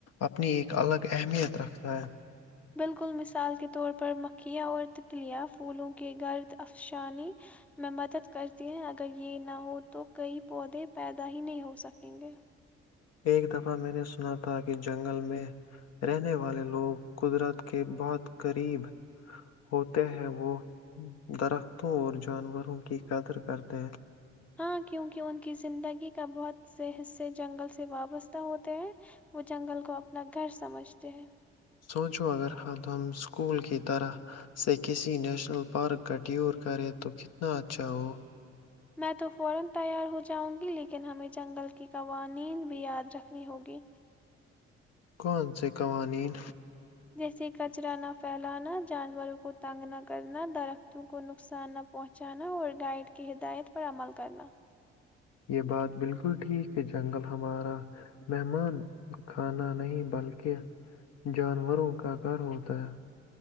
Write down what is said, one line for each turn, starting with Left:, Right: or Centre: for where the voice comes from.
Left: اپنی ایک الگ اہمیت رکھتا ہے
Centre: بالکل مثال کے طور پر پر مکھیا اور تتلیہں پھولوں کے گرد افسانی میں مدد کرتی ہیں اگر یہ نہ ہو تو کئی پودے پیدا ہی نہیں ہو سکیں گے
Left: ایک دفعہ میں نے سنا تھا کہ جنگل میں رہنے والے لوگ قدرت کے بہت قریب ہوتے ہیں وہ درختوں اور جانوروں کی قدر کرتے ہیں
Centre: ہاں کیونکہ ان کی زندگی کا بہت سے حصے جنگل سے وابستہ ہوتے ہیں وہ جنگل کو اپنا گھر سمجھتے ہیں
Left: سوچو اگر ہ ہم اسکول کی طرح سے کسی نیشنل پارک کا ٹیور کریں تو کتنا اچھا ہو
Centre: میں تو فورا تیار ہو جاؤوں گی لیکن ہمیں جنگل کے قوانین بھی یاد رکھنی ہوگی
Left: کون سے قوانین
Centre: جیسے کچرا نہ پھیلانا جانوروں کو تنگ نہ کرنا درختوں کو نقصان نہ پہنچانا اور گائیڈ کی ہدایت پر عمل کرنا
Left: یہ بات بالکل ٹھیک کہ جنگل ہمارا مہمان کھانا نہیں بلکہ جانوروں کا گھر ہوتا ہے